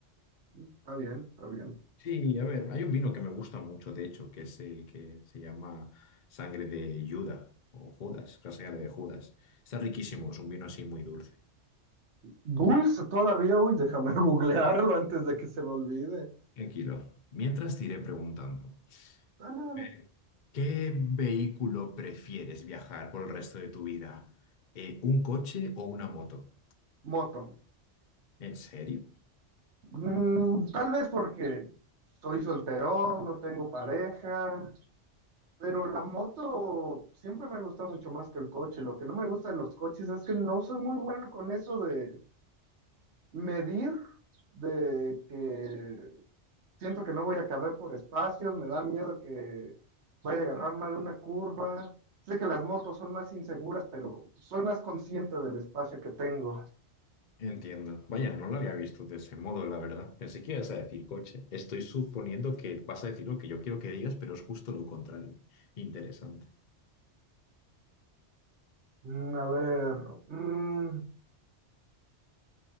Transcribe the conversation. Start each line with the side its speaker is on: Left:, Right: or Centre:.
Right: Está bien, está bien.
Left: Sí, a ver, hay un vino que me gusta mucho, de hecho, que es el que se llama Sangre de Judas o Judas, la sangre de Judas. Está riquísimo, es un vino así muy dulce.
Right: Dulce todavía, uy, déjame <laughs> googlearlo antes de que se me olvide.
Left: Tranquilo. Mientras te iré preguntando,
Right: Dale, dale.
Left: eh, ¿qué vehículo prefieres viajar por el resto de tu vida? Eh, ¿un coche o una moto?
Right: Moto.
Left: ¿En serio?
Right: Mm, tal vez porque soy solterón, no tengo pareja, pero la moto siempre me ha gustado mucho más que el coche. Lo que no me gusta de los coches es que no soy muy bueno con eso de medir, de que siento que no voy a caber por espacios, me da miedo que vaya a agarrar mal una curva. Sé que las motos son más inseguras, pero soy más consciente del espacio que tengo.
Left: Entiendo. Vaya, no lo había visto de ese modo, la verdad. Pensé que ibas a decir coche. Estoy suponiendo que vas a decir lo que yo quiero que digas, pero es justo lo contrario. Interesante.
Right: Mm, a ver, mm,